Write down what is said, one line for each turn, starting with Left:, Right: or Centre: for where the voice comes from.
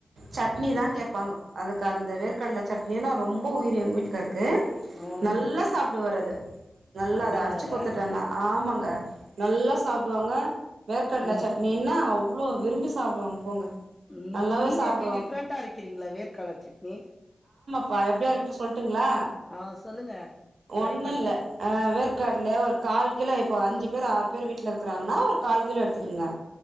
Right: சட்னி தான்
Left: ம்
Right: கேப்பாங்கொ அதுக்கு அந்த வேர்கட்ல சட்னினா ரொம்ப உயிரு எங்க வீட்டுகாருக் க்கு
Left: ஓஹோ
Right: நல்லா சாப்டுவாரத நல்லா
Left: அப்டிங்களாங்க
Right: அது அரைச்சு கொத்துட்டேனா ஆமாங்க நல்லா சாப்டுவாங்க வேர்க்கட்ல
Left: ம்
Right: சட்னினா அவ் இ்வளோ விரும்பி சப்டுவாங்க போங்க
Left: உம்
Right: நல்லாவே
Left: நீங்க
Right: சாப்டுவாங்க
Left: எப்படி டிஃப்ரெண்டா இருக்கிறீங்களா வேர்க கலர் சட்னி
Right: பா எப்டியு அவிங்கிட்ட சொல் டுங்களா
Left: ஆ சொல்லுங்க ட்ரை
Right: ஒன்னுல்ல
Left: பண்றே
Right: அஹ் வேற்கட்ல ஒரு கால் இல்ல இப்போ அஞ்ஜு பேர் ஆறு பேர் வீட்லிர் க்குறாங்கன்னா ஒரு கால் கிலோ எடுத்துக்கங்க